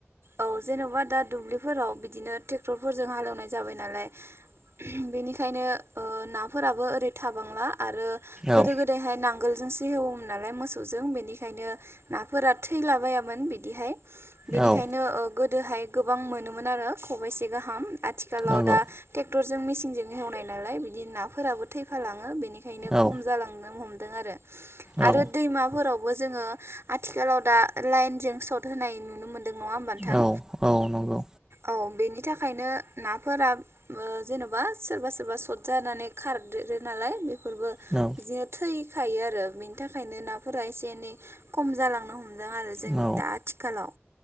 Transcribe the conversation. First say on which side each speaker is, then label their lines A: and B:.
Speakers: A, on the right; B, on the right.
A: औ जेन'बा दा दुब्लिफोराव बिदिनोे टे टेक्टर फोरजों हालेवनाय जाबाय नालाय बेनिखायनो ओ नाफोराबो ओरै थाबांला आरो गोदो
B: औ
A: गोदायहाय नांगोल जोंसो हेवोमोन नालाय मोसौजों बेनिखायनो नाफोरा थैलाबायामोन बिदिहाय। बेनिखायनो
B: औ
A: ओ गोदोहाय गोबां मोनोमोन आरो ख'बाइसे गाहाम। आथिखालाव
B: नंगौ
A: दा टे टेक्टरजों मेसिनजों एवनाय नालाय बिदि नाफोराबो थैफालाङो बेनिखाय खायनो
B: औ
A: खम जालांनो हमो दों आरो। आरो
B: औ
A: दैमाफोराव बो जोङो आथिखालाव दा लाइनजों स्थ होनाय नुनो मोन दों नङा हनबा नोंथां।
B: औ औ नंगौ
A: औ बेनि नि थाखायनो नाफोरा अ जेन'बा सोरबा सोरबा सर्ट जानानै खारदेरो नालाय बे फोरबो
B: औ
A: बिदिनो थै खायो आरो बेनि थाखायनो नाफोरा एसे एनै खम जालांनो हम दों आरो जों
B: औ
A: दा थिखालाव